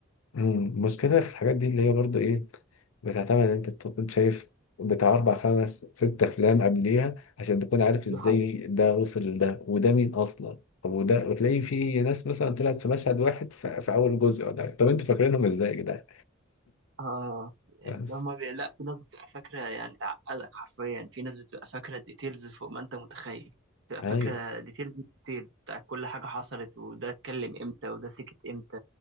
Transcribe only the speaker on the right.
دي حقيقة
اه
يعني
هما بي... لا في ناس بتبقى فاكرة يعني تعقدك حرفيا في ناس بتبقى فاكرة ديتيلز فوق ما انت متخيل بتبقى
فاكرة ديتيلز ديتيلز بتاع كل حاجة حصلت وده اتكلم امتى وده سكت امتى